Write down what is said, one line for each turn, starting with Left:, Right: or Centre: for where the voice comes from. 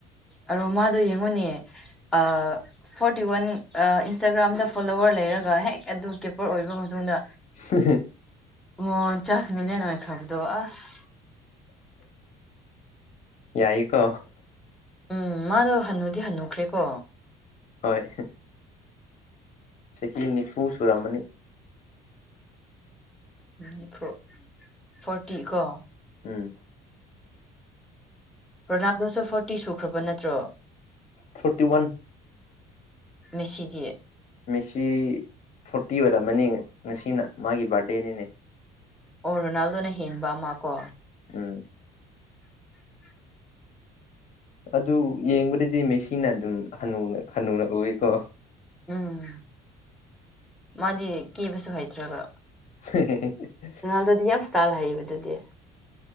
Centre: ꯑꯔꫭ ꯃꯥꯗꯣ ꯌꯦꯡꯉꫭꯅꯦ ꯑ ꯐꯣꯔꯇꯤ ꯋꯥꯟ ꯑꯥ ꯏꯟꯁꯇꯥꯒ꯭ꯔꯥꯝꯗ ꯐꯣꯂꯣꯋꯔ ꯂꯩꯔꯒ ꯍꯦꯛ ꯑꯗꯨ ꯀꯦꯄꯔ ꯑꯣꯏꯕ ꯃꯇꯨꯡꯗ
Left: ꯍ ꯍꯦ
Centre: ꯃꯣꯟ ꯆꯥꯁ ꯃꯤꯂꯤꯌꯟ ꯑꯣꯏꯈ꯭ꯔꯕꯗꯣ ꯑꯁ
Left: ꯌꯥꯏꯌꯦꯀꯣ
Centre: ꯎꯝ ꯃꯥꯗꯣ ꯍꯟꯅꯨꯗꯤ ꯍꯟꯅꯨꯈ꯭ꯔꯦꯀꯣ
Left: ꯍꯣꯏ ꯆꯍꯤ ꯅꯤꯐꯨ ꯁꯨꯔꯝꯃꯅꯤ
Centre: ꯎꯝ ꯅꯤꯐꯨ ꯐꯣꯔꯇꯤ ꯀꯣ
Left: ꯎꯝ
Centre: ꯔꯣꯅꯥꯜꯗꯣꯁꯨ ꯐ꯭ꯔꯣꯠ ꯇꯤ ꯁꯨꯈ꯭ꯔꯕ ꯅꯠꯇ꯭ꯔꯣ
Left: ꯐꯣꯔꯇꯤ ꯋꯥꯟ
Centre: ꯃꯦꯁꯤꯗꯤ
Left: ꯃꯤꯁꯤ ꯐꯣꯔꯇꯤ ꯑꯣꯏꯔꯝꯃꯅꯤ ꯉꯁꯤꯅ ꯃꯥꯒꯤ ꯕꯥꯔꯗꯦꯅꯤꯅꯦ
Centre: ꯑꯣ ꯔꯣꯅꯥꯜꯗꯣꯅ ꯍꯦꯟꯕ ꯑꯃ ꯀꯣ
Left: ꯎꯝ
Centre: <inaudible>
Left: ꯑꯗꯨ ꯌꯦꯡꯕꯗꯗꯤ ꯃꯦꯁꯤꯅ ꯑꯗꯨꯝ ꯍꯟꯅꯨꯅ ꯍꯟꯅꯨꯅ ꯎꯏꯌꯦꯀꯣ
Centre: ꯎꯝ ꯃꯥꯗꯤ ꯀꯦꯕꯁꯨ ꯍꯩꯇ꯭ꯔꯒ
Left: <unintelligible>
Centre: ꯔꯣꯅꯥꯜꯗꯣꯗꯤ ꯌꯥꯝ ꯏꯁ꯭ꯇꯥꯜ ꯍꯩꯕꯗꯨꯗꯤ